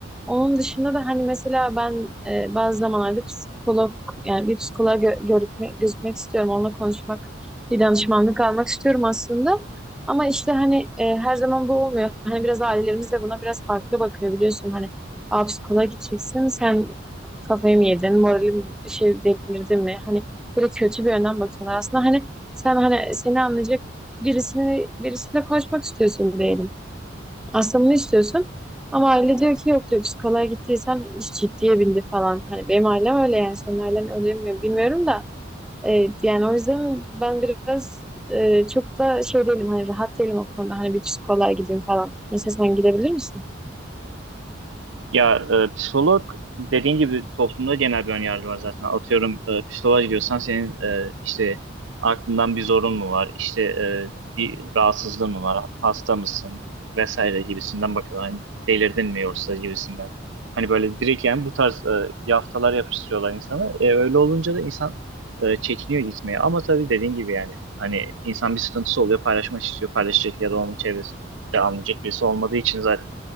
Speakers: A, in the centre; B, on the right.
A: Onun dışında da hani mesela ben e, bazı zamanlarda psikolog yani bir psikoloğa gö görükme- gözükmek istiyorum. Onunla konuşmak, bir danışmanlık almak istiyorum aslında. Ama işte hani e, her zaman bu olmuyor. Hani biraz ailelerimiz de buna biraz farklı bakıyor biliyorsun. Hani Aa, psikoloğa gideceksin. Sen kafayı mı yedin, moralim şey delirdi mi? Hani böyle kötü bir yönden bakıyorlar. Aslında hani sen hani seni anlayacak birisini birisiyle konuşmak istiyorsun diyelim. Aslında bunu istiyorsun. Ama aile diyor ki yok diyor psikoloğa gittiysen iş ciddiye bindi falan. Hani benim ailem öyle yani senin ailen öyle mi bilmiyorum da. E, yani o yüzden ben biraz e, çok da şey değilim hani rahat değilim o konuda. Hani bir psikoloğa gideyim falan. Mesela sen gidebilir misin?
B: Ya e, psikolog dediğin gibi toplumda genel bir önyargı var zaten. Atıyorum e, psikoloğa gidiyorsan senin e, işte aklından bir zorun mu var? İşte e, bir rahatsızlığın mı var? Hasta mısın? Vesaire gibisinden bakıyorlar. Hani delirdin mi yoksa gibisinden. Hani böyle direkt yani bu tarz e, yaftalar yapıştırıyorlar insana. E, öyle olunca da insan e, çekiniyor gitmeye. Ama tabii dediğin gibi yani hani insan bir sıkıntısı oluyor paylaşmak istiyor. Paylaşacak ya da onun çevresinde anlayacak birisi olmadığı için zaten